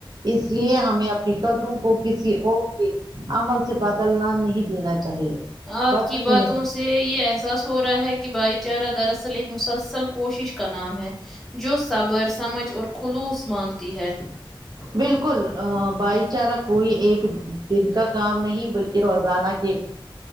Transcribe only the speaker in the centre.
آپ
کی باتوں
سے تے یے احساس ہو رہا ہے کی بھائی چارہ دراصل ایک مسلسل کوشش کا نام ہے جو صبر سمجھ اور خلوص مانگتی ہے